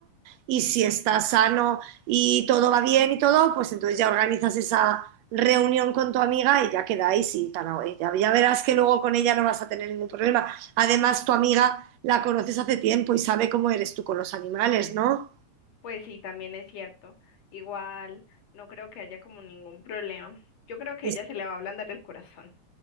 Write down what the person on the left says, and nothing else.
Pues sí, también es cierto. Igual, no creo que haya como ningún problema. Yo creo que
ella se le va a ablandar el corazón.